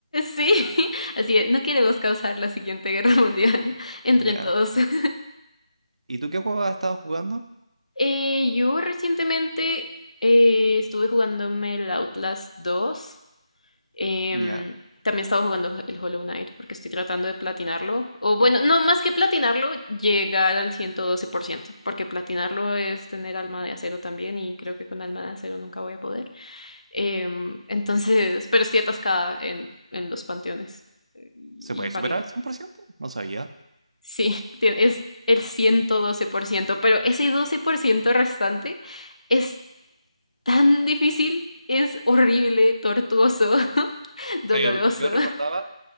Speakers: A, on the left; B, on the right.
A: Sí, <laughs> así es, no queremos causar la siguiente guerra mundial. <laughs> Entren
B: <laughs> Ya.
A: todos. <laughs>
B: ¿Y tú qué juego has estado jugando?
A: Eh, yo recientemente eh, estuve jugándome el Outlast 2. Em,
B: Ya.
A: también estaba jugando el Hollow Knight porque estoy tratando de platinarlo. O bueno, no más que platinarlo, llegar al ciento doce por ciento, Porque platinarlo es tener alma de acero también y creo que con alma de acero nunca voy a poder. Em, entonces, pero estoy atascada en, en los panteones. eh, Y
B: ¿Se puede
A: paré
B: superar al 100%? No sabía.
A: Sí, tie- es el 112%, pero ese 12% restante es tan difícil, es horrible, tortuoso, <laughs> doloroso.
B: O sea, yo, yo recordaba